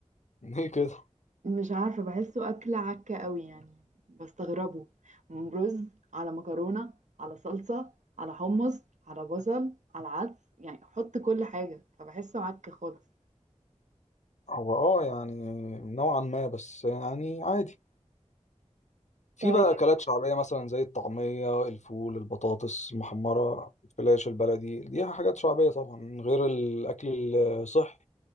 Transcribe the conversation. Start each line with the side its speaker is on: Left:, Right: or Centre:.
Left: <laughs> ليه كده
Right: مش عارفة بحسه أكلة عكة قوي يعني بستغربه رز على مكرونة على صلصة على حمص على بصل على عدس يعني حط كل حاجة فبحسه عكة خالص
Left: هو اه يعني نوعا ما بس يعني عادي في
Right: طيب
Left: بقى اكلات شعبيه مثلا زي الطعميه الفول البطاطس المحمره الفلاش البلدي دي حاجات شعبيه طبعا من غير الاكل الصحي